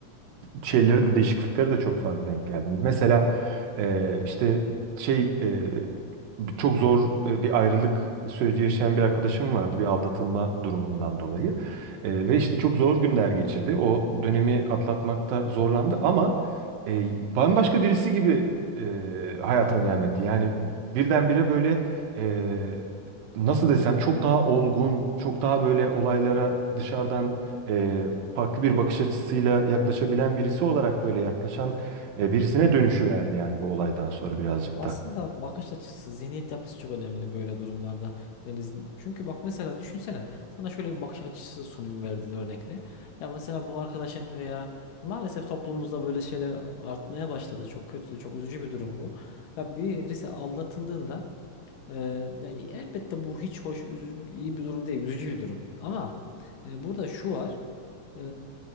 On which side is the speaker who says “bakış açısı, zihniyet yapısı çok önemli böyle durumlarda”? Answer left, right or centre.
Left